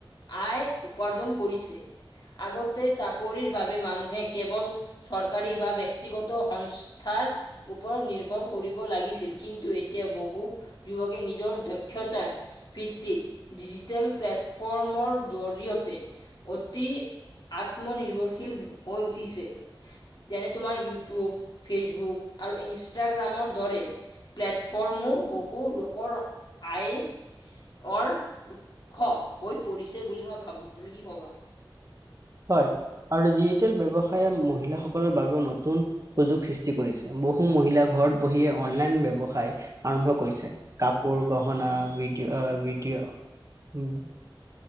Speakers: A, on the left; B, on the right.
A: আয় উপাৰ্জন কৰিছে। আগতে চাকৰিৰ বাবে মানুহে কেৱল চৰকাৰী বা ব্য ব্যক্তিগত সংস্থাৰ ওপৰত নিৰ্ভৰ কৰিব লাগিছিল কিন্তু এতিয়া বহু যুৱকে নিজৰ দক্ষতাৰ পি তি ডিজিটেল প্লেটফৰ্মৰ জৰিয়তে অতি আত আত্মনিৰ্ভৰশীল হৈ উঠিছে যেনে তোমাৰ ইউটিউব, ফেচবুক আৰু ইনষ্টাগ্ৰামৰ দৰে প্লেটফৰ্মো বহু লোকৰ আই অৰ উৎস হৈ পৰিছে বুলি মই ভাবোঁ, তুমি কি ক'বা?
B: হয়, আৰু ডিজিটেল ব্যৱসায়ে মহিলাসকলৰ বাবেও নতুন সুযোগ সৃষ্টি কৰিছে, বহু মহিলা ঘৰত বহিয়ে অনলাইন ব্যৱসায় আৰম্ভ কৰিছে কাপোৰ, গহনা ভিডিঅ' অ', ভিডিঅ' উম,